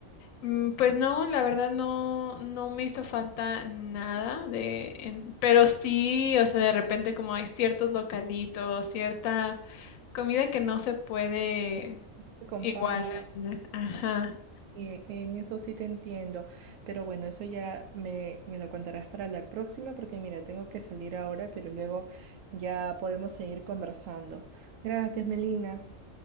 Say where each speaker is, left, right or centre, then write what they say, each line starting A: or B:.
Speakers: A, on the left; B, on the right.
A: Mm, Pues no, la verdad no, no me hizo falta nada de, en- pero sí, o sea, de repente como hay ciertos localitos, cierta comida que no se puede
B: Se compara.
A: igualar. Ajá.
B: Bien, en eso sí te entiendo, pero bueno, eso ya me, me lo contarás para la próxima porque mira, tengo que salir ahora, pero luego ya podemos seguir conversando. Gracias, Melina.